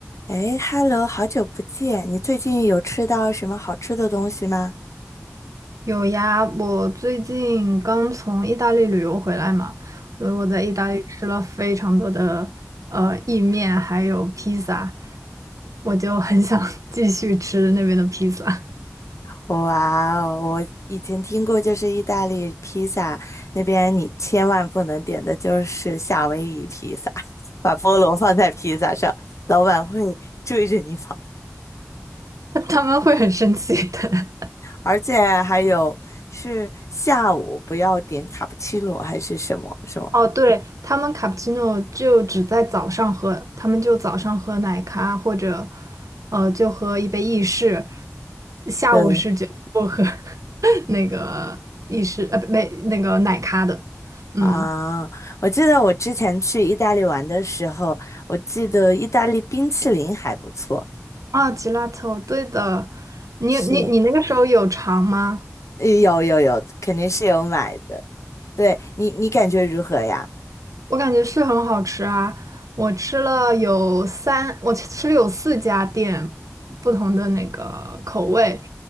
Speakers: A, on the left (about 65°); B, on the right (about 80°).
A: 哎，Hello，好久不见！你最近有吃到什么好吃的东西吗？
B: 有呀，我最近刚从意大利旅游回来嘛，所以我在意大利吃了非常多的呃意面，还有披萨，我就很想 <laughs> 继续吃那边的披萨，
A: 哇哦，我以前听过，就是意大利披萨那边你千万不能点的就是夏威夷披萨，<laughs> 把菠萝放在披萨上，老板会追着你跑。
B: <laughs> 但他们会很生气的。
A: 而且还有是下午不要点卡布奇诺还是什么什么？
B: <laughs> 哦，对，他们卡布奇诺就只在早上喝，他们就早上喝奶咖或者呃就喝一杯意式，下午是绝对不喝
A: 对
B: <laughs> 那个意式呃不没那个奶咖的，嗯。
A: 啊，我记得我之前去意大利玩的时候，我记得意大利冰淇淋还不错。
B: 啊，吉拉头，对的，你你你那个时候有尝吗？
A: 是，呃有有有，肯定是有买的。对你，你感觉如何呀？
B: 我感觉是很好吃啊！我吃了有三，我吃了有四家店不同的那个口味，